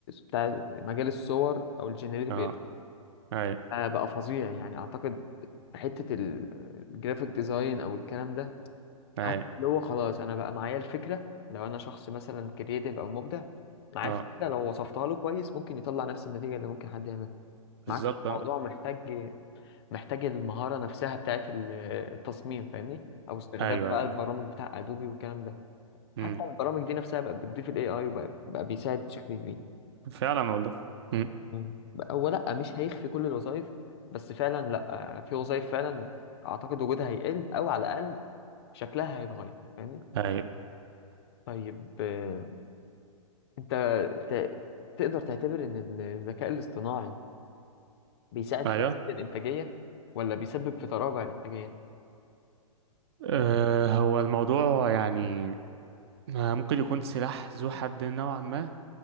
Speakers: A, on the left; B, on the right.
A: بتاع مجال الصور او ال generative
B: اه اي
A: آه، بقى فظيع يعني اعتقد حتة ال- الجرافيك ديزاين او الكلام ده حتى
B: اي
A: اللي هو خلاص انا بقى معايا الفكرة لو انا شخص مثلا كرييتيف او مبدع معايا
B: اه
A: الفكرة لو وصفتها له كويس ممكن يطلع نفس النتيجة اللي ممكن حد يعملها
B: بالظبط
A: ما عادش
B: اه
A: الموضوع محتاج محتاج المهارة نفسها بتاعت ال- التصميم فاهمني او استخدام
B: ايوه
A: بقى
B: ايوه
A: البرامج بتاع ادوبي والكلام ده حتى
B: امم
A: البرامج دي نفسها بقت بتضيف الاي اي وبقى بقى بيساعد بشكل كبير
B: فعلا والله امم
A: مم. هو لا مش هيخفي كل الوظائف بس فعلا لا في وظائف فعلا اعتقد وجودها هيقل او على الاقل شكلها هيتغير فاهمني
B: ايوه
A: طيب آه، انت ت- تقدر تعتبر ان الذكاء الاصطناعي بيساعد
B: ايوه
A: في تحسين الانتاجيه ولا بيسبب في تراجع الانتاجيه
B: أه هو الموضوع يعني آه، ممكن يكون سلاح ذو حد نوعا ما